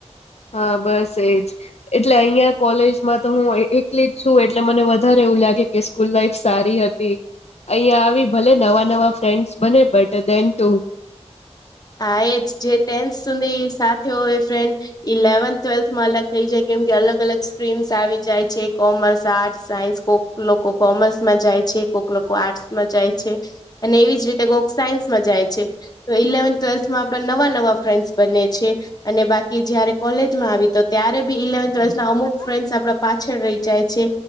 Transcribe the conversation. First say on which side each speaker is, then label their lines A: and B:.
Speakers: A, on the left; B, on the left.
A: હા બસ એજ- એટલે અહિયાં કોલેજમાં તો હું એકલી જ છું એટલે મને વધારે એવું લાગે કે- સ્કૂલ લાઈફ સારી હતી અહીયાં આવી ભલે નવા નવા ફ્રેન્ડસ બને બટ દેન ટુ-
B: હા એ જ જે ટેન્થ સુધી સાથે હોય એ ફ્રેન્ડ- ઇલેવન્થ ટ્વેલ્થમાં અલગ થઇ જાય કેમ કે અલગ અલગ સ્ટ્રીમ્સ આવી જાય છે કોમર્સ આર્ટસ સાયન્સ કો- કોક લોકો કોમર્સમાં જાય છે કોક લોકો આર્ટસમાં જાય છે અને એવી જ રીતે કોક- સાયન્સમાં જાય છે તો ઇલેવન્થ ટ્વેલ્થમાં આપણા નવા નવા ફ્રેન્ડ્સ બને છે. અને બાકી જયારે કોલેજમાં આવી તો ત્યારે બી ઇલેવન્થ ટ્વેલ્થ ના અમુક ફ્રેન્ડસ આપડા પાછળ રહી જાય છે.